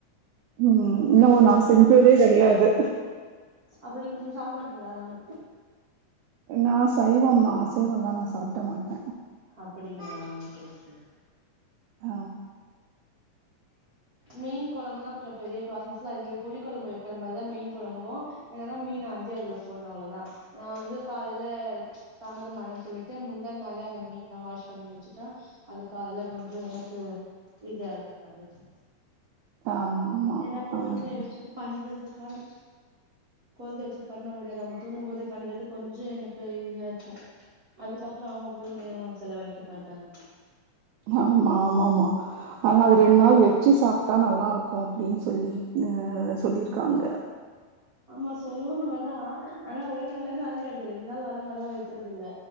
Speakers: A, on the right (about 80°); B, on the right (about 55°).
A: ம் இன்ன ஓ நா செஞ்சதே கெடையாது
B: அப்டி நீங்க சாப்ட மாட்டீங்ளா நான் வெ
A: நா சைவம்மா அசைவல்லா நா சாப்ட மாட்ட
B: அப்டிங்ளா சேர் சேரி
A: ஆ
B: மீன் கொழம்புன்னா இப்ப பெரிய ப்ராசஸ்ல இல்லைங்க புளி கொழம்பு வைக்கிற மாரிதா மீன் கொழம்பு என்னன்னா மீன் ஆஞ்சு அதுல போட்ணு அவ்ளதா நா வந்து காலைல தாமதம் ஆடுன்னு சொல்லிட்டு முந்தா நாளே அந்த மீன்ல்லா வாஷ் பண்ணி வச்சுட்டா அது காலைல கொஞ்சோ எனக்கு இத இருக்கு பண்றதுக்
A: ஆமா ஆமா
B: என்ன கொழ்ந்தைய
A: ஆமா
B: வச்சுட்டு பண்றதுதான் குழந்த வெச்சிட்டு பண்ண முடியாது அவங்க தூங்கு போது பண்றது கொஞ்ச எனக்கு ஈஸியா இருக்கு அதுக்கப் ல அவங்க கூட நேர செலவழிக்க பாத்தாரு
A: ஆமா ஆமாமா ஆனா அது ரெண்டு நாள் வெச்சு சாப்ட்டா நல்லா இருக்கு அப்டின்னு சொல்லி னு சொல்லியிருக்காங்க
B: ஆமா சொல்லுனு வதா ஆனா ஒரே நால்ல காலி ஆயிடு ரெண்டு நாள் வர மாரிலா வைக்கறதுல்ல